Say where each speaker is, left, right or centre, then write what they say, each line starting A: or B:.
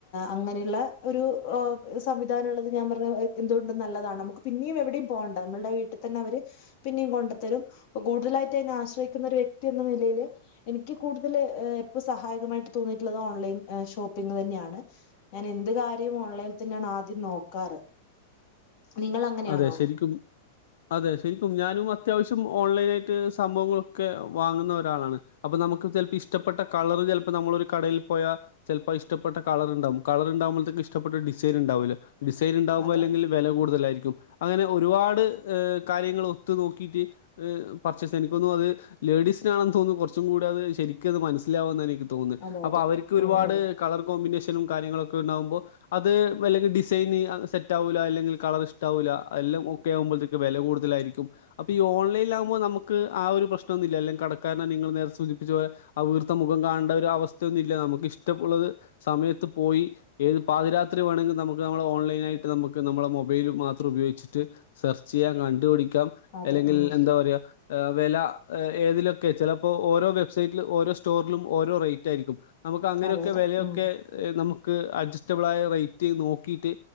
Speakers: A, on the left; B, on the left.
A: അങ്ങനെയുള്ള ഒരു സമ്മി എനിക്കങ്ങനുള്ളത് ഞാൻ പറഞ്ഞ എന്തുകൊണ്ട് നല്ലതാണ് നമുക്ക് പിന്നെയും എവിടെയും പോകേണ്ട നമ്മുടെ വീട്ടിൽ തന്നെ അവര് പിന്നെയും കൊ ണ്ടത്തരും ‌ കുടുതലായിട്ടതിനാശ്രയിക്കുന്ന വ്യക്തി എന്നനിലേല് എനിക്ക് കൂടുതല് ഇപ്പ സഹ ഹായമായി തോന്നിയിട്ട്ള്ളത് ഓൻലൈൻ ഷോപ്പിങ് തന്നെയാണ് ഞാൻ എന്ത് കാര്യം ഓൺലൈനിൽ തന്നെയാണ് ആദ്യം ദ്യം നോക്കാറ് നിങ്ങൾ അങ്ങനെയാണോ
B: അതെ ശെരിക്കും അതെ ശെരിക്കും ഞാൻ അത്യാവശ്യം ഓൺലൈനായിട്ട് സംഭവങ്ങളൊക്കെ വാങ്ങുന്ന ഒരാളാണ് അപ്പ നമുക്ക് ചെല ഇഷ്ടപ്പെട്ട ക കളർ ചെലപ്പോ നമ്മളൊ ഒരു കടയിൽ പോയാ ചെലപ്പോ ഇഷ്ടപ്പെട്ട കളർണ്ടാവും കളർ ണ്ടാവുമ്പോഴത്തേക്ക് ഇഷ്ടപ്പെട്ട ഡിസൈൻ ണ്ടാവൂല്ല ഡിസൈൻ ഉണ്ടാവുമ്പോ
A: അതെ
B: അല്ലെങ്കിൽ വെല കൂടുതലായിരിക്കും അങ്ങനെ ഒരുപാട് കാര്യങ്ങൾ ഒത്തു നോക്കിട്ട് പർച്ചേസ് എനിക്കോന്നു അത് ലേ ലേഡീസിനാണെന്ന് തോന്നുന്നു കൊറച്ചും കൂടെ അത് ശരിക്കും അത് മനസ്സിലാവുന്ന എനി തോന്നെ
A: അതെ
B: അപ്പ
A: അതെ
B: അവർക്ക് ഒരുപാട്
A: ഉം അതെ
B: കളർ കോമ്പിനേഷനും കാര്യങ്ങളൊക്കെ ണ്ടാകുമ്പോ അത് അല്ലെങ്കിൽ ഡിസൈൻ പിന്നി അത് സെറ്റാവൂല അല്ലെങ്കിൽ കളർ ഇഷ്ടാവൂല്ല എല്ലാം ഒക്കെ ആകുമ്പോഴത്തേക്ക് വെല കൂടുതലായിരിക്കും അപ്പ ഈ ഓൺലൈനിൽലാകുമ്പോ നമുക്ക് ആ ഒരു പ്രശ്നം ന്നില്ല അല്ലെങ്കി കടക്കാരനെ നിങ്ങൾ നേരെ സൂചിപ്പിച്ച പോലെ ആ വീർത്ത മുഖം കാ ണ്ട ഒരവസ്ഥയൊന്നും ഇല്ല നമുക്ക് ഇഷ്ടമുള്ളത് സമയത്ത് പോയി ഏത് പാതിരാത്രി വേണെങ്കിലും നമുക്ക് നമ്മള് ഓൺലൈനായി ട്ട് നമുക്ക് നമ്മളെ മൊബൈൽ മാത്രം ഉപയോഗിച്ചിട്ട് സെർച്ച് ചെയ്യാം കണ്ടുപിടിക്കാം
A: അതെ
B: അല്ലെങ്കിൽ
A: ഉം
B: എന്താ പറയാ വെല ഏതിലൊക്കെ ചെല ഇപ്പോ ഓരോ വെബ് സൈറ്റിൽ ഓരോ സ്റ്റോറിലും ഓരോ റേറ്റ് ആയിരിക്കും നമുക്ക് അങ്ങനെയൊക്കെ
A: അതെ അതെ
B: വെലയൊക്കെ
A: ഉം
B: നമു ക്ക് അഡ്ജസ്റ്റബിൾ ആയ റേറ്റ് നോക്കിയിട്ട്